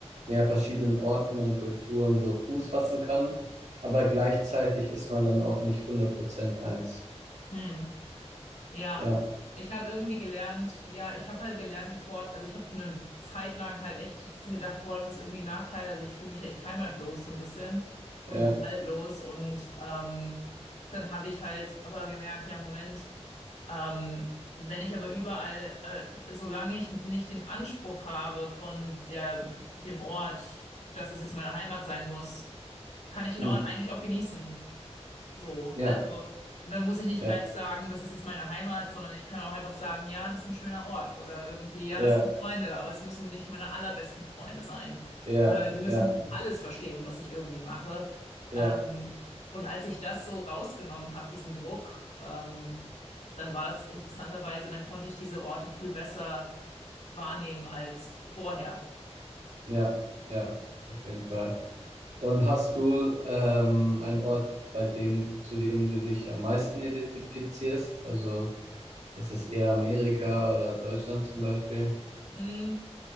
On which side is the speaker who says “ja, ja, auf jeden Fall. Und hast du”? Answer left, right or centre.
Right